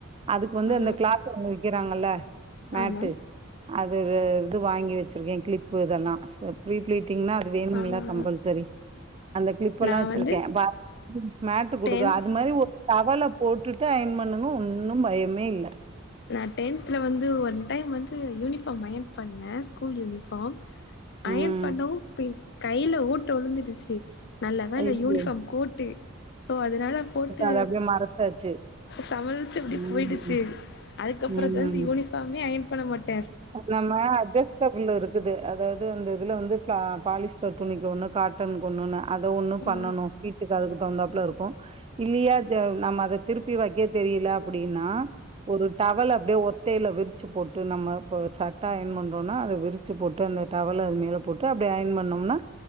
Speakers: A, on the right; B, on the left.
A: அதுக்கு வந்து
B: ஆ
A: அந்த கிளாத் ஒன்னு விக்குறாங்கல்ல மேட்டு
B: ஆமா
A: அது இது வாங்கி வச்சிருக்கே கிளிப்பு இதெல்லா பீரீஃபிளீட் வேணும்ல
B: ஆமா
A: கம்பல்சரி அந்த கிலிப் எல்லா
B: நா
A: வச்சிருக்கே
B: வந்து
A: மேட்டு குடுக்குறே
B: டென்த்
A: அது மாரி ஒரு டவல போட்டுட்டு அயன் பண்ணுங்க ஒன்னும் பயமே இல்ல
B: நா டென்த்ல வந்து ஒன் டைம் வந்து யூனிஃபாம் அயன் பண்ணே ஸ்கூல் யூனிஃபாம் அயன்
A: ம்.
B: பண்ணவும் ப்ப கையில ஓட்ட உழுந்துருச்சு நல்ல வேல
A: ஐயோ!
B: யூனிஃபாம் கோட்டு சோ அதனால போட்டு
A: அத அப்படியே மறச்சாச்சு.
B: சமாளிச்சு எப்டி
A: ம்.
B: போயிடுச்சு அதுக்கப்புற
A: ம்.
B: வந்து யூனிஃபாம் அயன் பண்ண மட்டு
A: நம்ம அஐஸ்ட்டபுள் இருக்குது அதாவது வந்து அதுல வந்து பிளா பாலிஸ்டர் துணிக்கு ஒன்னு காட்டனுக்கு ஒன்னுன்னு அத ஒன்னும் பண்ணணும்
B: ஆ
A: வீட்டுக்கு அதுக்கு தகுந்தாப்புல இருக்கும் இல்லையா ஜ நம்ம அத திருப்பி வக்க தெரியில அப்டின்னா ஒரு டவல் அப்டே ஒத்தையில விரிச்சி போட்டு நம்ம இப்போ சட்ட அயன் பண்றோனா அத விரிச்சி போட்டு அந்த டவல அது மேல போட்டு அப்டே அயன் பண்ணோம்னா